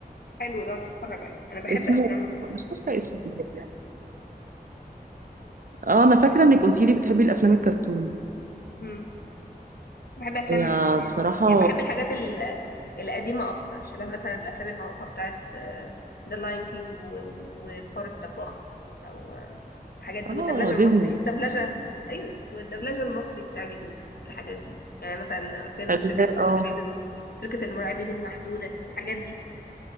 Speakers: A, on the left; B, on the right.
A: حلو ده اتفرج عليه انا بحب
B: اسمه
A: افلام
B: مش فاكرة اسمه كده. اه انا فاكرة انك قلتي لي بتحبي الافلام الكرتون
A: امم بحب افلام
B: هي
A: ديزني
B: بصراحة
A: يعني بحب الحاجات ال... القديمه اكتر شبه مثلا الافلام المعروفه بتاعت ذا لاين كينج والفار الطباخ او آه، الحاجات دي
B: اه
A: والدبلجه
B: ديزني
A: المصري الدبلجه ايوه والدبلجه المصري بتعجبني في الحاجات دي يعني مثلا فيلم
B: خلي-
A: شركه المرعبين
B: اه
A: شركه المرعبين المحدوده الحاجات دي